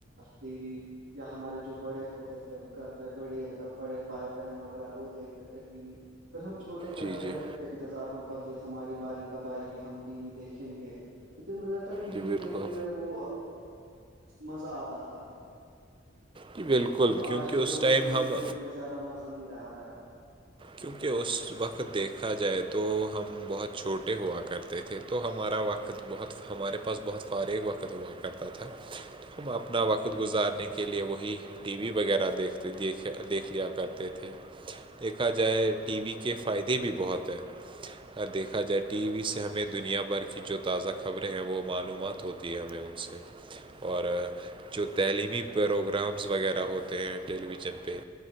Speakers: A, on the right; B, on the right.
A: ٹی وی یا ہمارے جو بڑے ہو تے تھے گھر پہ بڑے بڑے بھائی بہن وغیرہ وہ دیکھتے تھے ٹی وی پھر ہم چوٹے کرتے
B: جی جی
A: رہتے تھ انتظار ہم کب د ہماری باری کب آئے گی ہم ٹی وی دیکھیں گے لیکن مجھے لگتا ہے ٹی
B: جی
A: وی
B: بالکل
A: دیکھنے میں وہ مزہ آتا تھا
B: جی بالکل
A: جو آج
B: کیونکہ
A: کے
B: اس
A: دور
B: ٹائم
A: میں ٹی
B: ہم
A: وی دیکھنے میں زیادہ مزہ نہیں رہا ہے اب
B: کیونکہ اس وقت دیکھا جائے تو ہم بہت چھوٹے ہوا کرتے تھے تو ہمارا وقت بہت ہمارے پاس بہت فارغ وقت ہوا کرتا تھا ہم اپنا وقت گزارنے کے لیے وہی ٹی وی وغیرہ دیکھتے دیکھ دیکھ لیا کرتے تھے دیکھا جائے ٹی وی کے فائدے بھی بہت ہیں ہ دیکھا جائے ٹی وی سے ہمیں دنیا بھر کی جو تازہ خبریں ہیں وہ معلومات ہوتی دیا میں ان سے <unintelligible> <unintelligible> اور جو تعلیمی پروگرامس وغیرہ ہوتے ہیں ٹیلی ویژن پہ